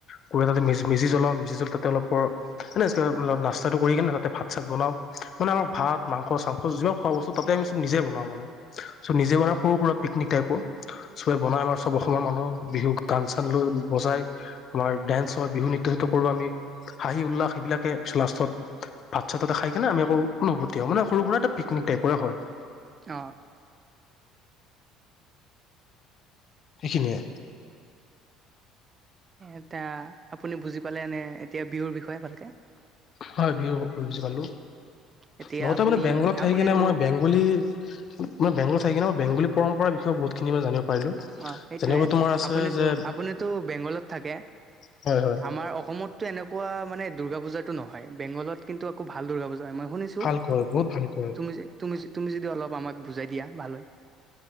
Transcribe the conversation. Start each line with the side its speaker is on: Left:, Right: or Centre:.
Left: ক তাতে ম মেজি জ্বলাওঁ মেজ জ্বল তাতে অলপ এনে না্তাটো কৰি কিনে তাতে ভাত চাত বনাও মানে আমাক ভাত মাংস চাংস যিবাক খোৱা বস্তু তাতে আমি চব নিজে বনাও মানে চব নিজে বনাই সৰু সুৰা পিকনিক টাইপৰ চবে বনাই আমাৰ চব অসমৰ মানুহ বিহুক গান চান লৈ বজাই আমাৰ ডেন্স হয় বিহু নৃত্য চ কৰো আমি হাঁহি উল্লাস সবিলাকেি লাষ্টত ভাত চাত তটা খাই কেনে আমি আকৌ অনুভূতি হওঁ মানে সৰু সুৰা এটা পিকনিক টাইপৰে হয়। <inaudible>
Right: অ
Left: সেইখিনিয়ে
Right: এ এয়াতি আপুনি বুজি পালে এনে এতিয়া বিহুৰ বিষয়ে ভালকে
Left: হয় বিহু বুজি পালো।
Right: এতিয়া
Left: লগতে
Right: আপুনি
Left: মানে বেংগলত থাকি
Right: আপুনিতো
Left: কিনে মই বেংগলী মানে বেংগলত থাক কিনে মই বেংগলী পম্পৰা বিষয়ে বহুত খিনি মনে জানিব পাৰিলো
Right: অ সেইটয়ে
Left: যেনেকৈ তোমাৰ আছে
Right: আপুনিতো
Left: যে
Right: আপুনিতো বেংগলত থাকে
Left: হয় হয়
Right: আমাৰ অসমতো এনেকুৱা মানে দুৰ্গা পূজাটো নহয় বেংগলত কিন্তু আকো ভাল দুৰ্গা পূজা মই শুনিছো
Left: ভালকৈ বহুত ভালকৈ
Right: তুমিযে তুমিযে তুমি যদি অলপ আমাক বুজাই দিয়া ভাল হয়।